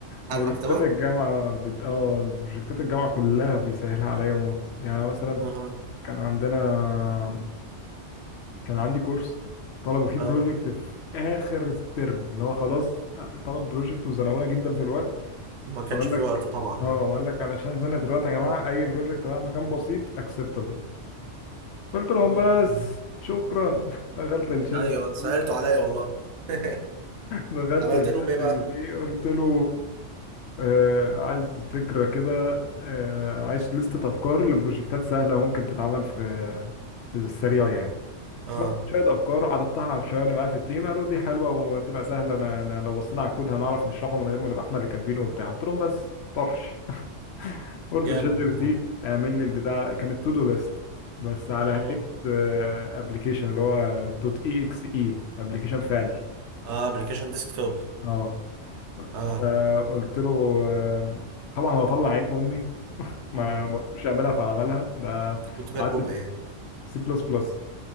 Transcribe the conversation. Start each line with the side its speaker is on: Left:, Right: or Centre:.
Left: بروجكتات
Right: على المكتبة
Left: الجامعه بت... اه بروجكتات الجامعه كلها بيسهلها عليا موت يعني مثلا
Right: اه
Left: كان عندنا كان عندي كورس طلبوا فيه
Right: اه
Left: بروجكت في اخر الترم اللي هو خلاص طلب بروجكت وزنقونا جدا في الوقت
Right: ما كانش
Left: وقال لك
Right: في وقت طبعا
Left: اه
Right: اه
Left: وقال لك علشان زنقت الوقت يا جماعه اي بروجكت مهما كان بسيط اكسبتبل قلت لهم
Right: مم.
Left: بس شكرا <laughs> دخلت الشات
Right: ايوه
Left: جي بي
Right: انت سهلته
Left: تي
Right: عليا والله <laughs>
Left: دخلت
Right: عملت
Left: الشات
Right: لهم ايه بقى
Left: جي بي تي قلت له آه عايز فكرة كده آه عايز لستة أفكار لبروجكتات سهلة ممكن تتعمل في في السريع يعني
Right: اه
Left: بقى شوية أفكار عرضتها على الشباب اللي معايا في التيم قالوا دي حلوة وهتبقى سهلة أنا أنا لو بصينا على الكود هنعرف نشرحه من غير ما نبقى إحنا اللي كاتبينه وبتاع قلت لهم بس طرش قلت
Right: جامد
Left: لشات جي بي
Right: والله
Left: تي اعمل لي البتاع كانت تو دو ليست بس على
Right: امم
Left: هيئه ابلكيشن اللي هو دوت اي اكس اي ابلكيشن فعلي
Right: اه ابلكيشن ديسكتوب
Left: اه
Right: اه
Left: فقلت له آه، طبعا هو طلع عين امي ما
Right: مم.
Left: ما قلتلوش اعملها فعملها ده
Right: انت كنت كاتبه
Left: قعدت
Right: بايه
Left: سي بلس بلس